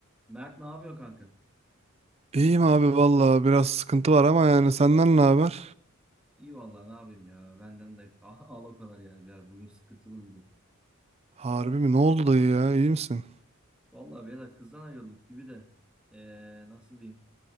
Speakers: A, in the centre; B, on the right.
A: Mert ne yapıyor kanka?
B: İyiyim abi valla biraz sıkıntı var ama yani senden ne haber?
A: İyi vallahi ne yapayım ya. Benden de <laughs> al o kadar yani birader. Bugün sıkıntılı bir gün.
B: Harbi mi? Ne oldu dayı ya? İyi misin?
A: Vallahi birader kızdan ayrıldık gibi de. Ee, nasıl diyeyim?